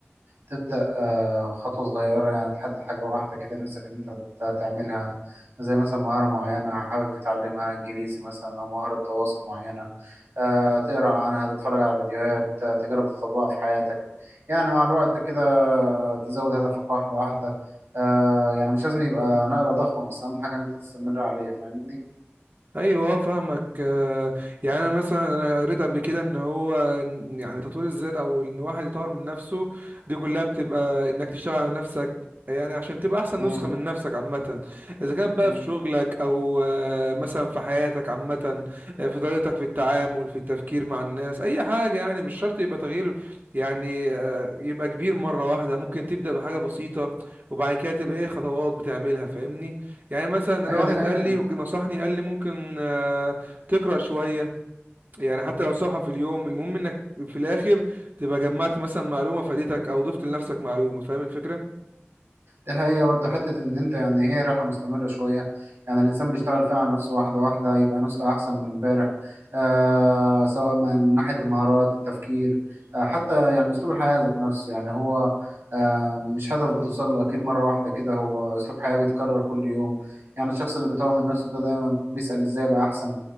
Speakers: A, on the right; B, on the right.
A: تبدأ آه، خطوة صغيرة يعني تحدد حاجة واحدة كده نفسك إن أنت ت- تعملها زي مثلا مهارة معينة حابب تتعلمها إنجليزي مثلا أو مهارة تواصل معينة آه، تقرأ عنها تتفرج على فيديوهات آه، تجرب تطبقها في حياتك يعني مع الوقت كده آه، تزود هدفك واحدة واحدة آه، يعني مش لازم يبقى نقلة ضخمة بس أهم حاجة إن أنت تستمر عليه فاهمني؟
B: ايوه فاهمك آه، يعني انا مثلا انا قريت قبل كده ان هو إن- يعني تطوير الذات او ان واحد يطور من نفسه دي كلها بتبقى انك تشتغل على نفسك يعني عشان تبقى احسن
A: مم.
B: نسخة من نفسك عامة اذا كان بقى
A: مم.
B: في شغلك او آه، مثلا في حياتك عامة آه، في طريقتك في التعامل في التفكير مع الناس اي حاجة يعني مش شرط يبقى تغيير يعني آه، يبقى كبير مرة واحدة ممكن تبدأ بحاجة بسيطة وبعد كده تبقى ايه خطوات بتعملها فاهمني يعني مثلا انا
A: أيوة
B: واحد
A: دي حقيقة
B: قال لي وك- نصحني قال لي ممكن آه، تقرا شويه يعني حتى لو صفحه في اليوم المهم انك في الاخر تبقى جمعت مثلا معلومه فادتك او ضفت لنفسك معلومه فاهم الفكره
A: دي حقيقة برضه حتة إن أنت يعني هي رحلة مستمرة شوية يعني الإنسان بيشتغل فيها على نفسه واحدة واحدة يبقى نسخة أحسن من إمبارح آه سواء من ناحية المهارات التفكير آه حتى يعني أسلوب الحياة ذات نفسه يعني هو آه مش هدف بتوصل له أكيد مرة واحدة كده هو أسلوب حياة بيتكرر كل يوم يعني الشخص اللي بيطور من نفسه ده دايما بيسأل إزاي أبقى أحسن